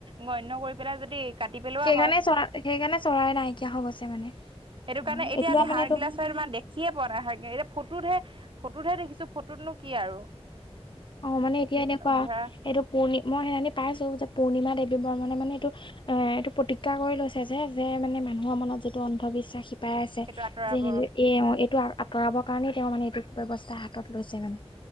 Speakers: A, on the right; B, on the left.
A: গণ্য কৰি পেলাই যদি কাটি পেলোৱা
B: সেইকাৰণে
A: হয়
B: চৰা সেইকাৰণে চৰাই নাইকিয়া হৈ গৈছে মানে
A: সেইটো
B: তোমাৰ
A: কাৰণে এতিয়া আমি
B: মানে
A: হাৰ
B: এইটো
A: গিলা চৱাইটো মা দেখ- খিয়ে পোৱা নাই হাইগ এতিয়া ফটোতহে ফটোতহে দেখিছো ফটোতনো কি আৰু।
B: অ মানে এতিয়া এনেকুৱা
A: ধৰা
B: এইটো পূৰ্ণি মই সেইনানি পাইছো যে পূণিমা দেৱ বৰ্মনে মানে এইটো এ এইটো প্ৰতিগ্যা কৰি লৈছে যে যে মানে মানুহৰ মনত যিটো অন্ধবিশ্বাস সি পাই আছে
A: সেইটো আঁতৰাব
B: যে এ অ এইটো আ আ আঁতৰাব কাৰণেই তেওঁ মানে এইটো ব্যৱস্থা হাতত লৈছে মানে।